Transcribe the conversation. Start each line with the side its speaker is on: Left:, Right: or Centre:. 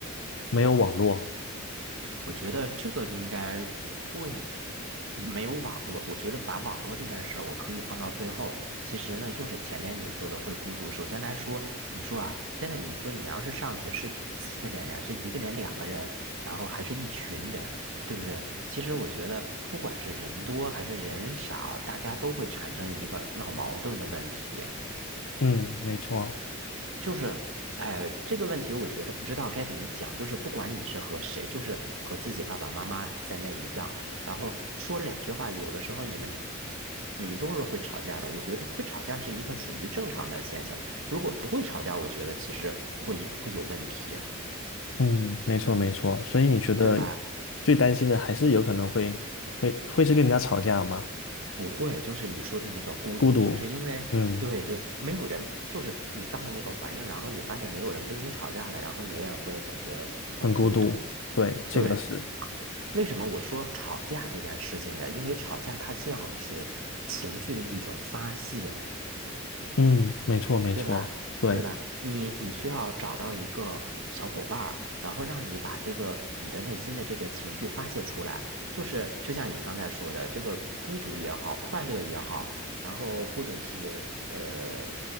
Left: 没有网络。
Right: 我觉得这个应该不会，也没有网络。我觉得把网络这件事儿，我可以放到最后。其实呢，就是前面你说的会孤独。首先来说，你说啊，真的，你说你要是上去是几个人呀？是一个人、两个人，然后还是一群人，对不对？其实我觉得，不管是人多还是人少，大家都会产生一个闹矛盾的问题。
Left: 嗯，没错，
Right: 就是，哎，这个问题我觉得不知道该怎么讲。就是不管你是和谁，就是和自己爸爸妈妈在那一样，然后说两句话，有的时候你们你们都是会吵架的。我觉得会吵架是一个属于正常的现象。如果不会吵架，我觉得其实会会有问题，
Left: 嗯，没错，没错。所以你觉得
Right: 对吧？
Left: 最担心的还是有可能会会会是跟人家吵架吗？
Right: 不会，就是你说的那个孤独，
Left: 孤独，
Right: 就是因为对对，
Left: 嗯，
Right: 没有人，就是你到了那个环境，然后你发现没有人跟你吵架了，然后你也会感觉很孤独。
Left: 很孤独。对，这个是，
Right: 对，为什么我说吵架这件事情呀？因为吵架它像是情绪的一种发泄，
Left: 嗯，没错，没错，
Right: 对吧？
Left: 对
Right: 对吧？你你需要找到一个小伙伴儿，然后让你把这个你的内心的这个情绪发泄出来。就是就像你刚才说的，这个孤独也好，快乐也好，然后或者是呃，